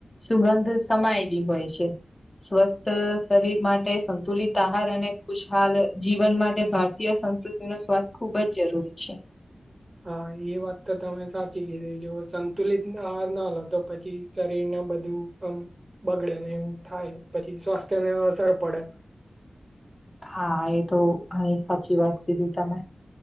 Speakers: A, on the left; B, on the right.
A: સુગંધ સમાયેલી હોય છે સ્વસ્થ શરીર માટે સંતુલિત આહાર અને ખુશહાલ જીવન માટે ભારતીય સંસ્કૃતિ ખુબ જ જરૂરી છે
B: હા એ વાત તો તમે સાચી કીધી જો સંતુલિત આહાર ના લો તો પછી શરીર ને બધું આમ બગડે ને એવું થાય પછી સ્વાસ્થ્ય ને અસર પડે
A: હા એ તો ઘણી સાચી વાત કીધી તમે